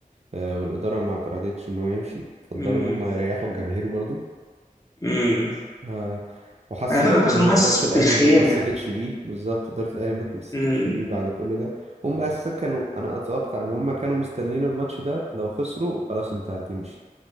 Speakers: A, on the right (about 50°); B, on the left (about 25°).
A: آه والاداره ما اعترضتش ان هو يمشي فضلوا
B: امم
A: ان هم يريحوا الجماهير برضو
B: امم
A: آه وحس
B: انا اعتقد
A: برضو
B: اعتقد
A: ان
B: ان
A: هو
B: هو حاسس
A: اداره الاهلي
B: بالخيانه
A: ما تمسكتش بيه بالظبط اداره الاهلي ما تمسكتش
B: امم
A: بيه بعد كل ده هم اساسا كانوا انا اتوقع ان هم كانوا مستنيين الماتش ده لو خسروا خلاص انت هتمشي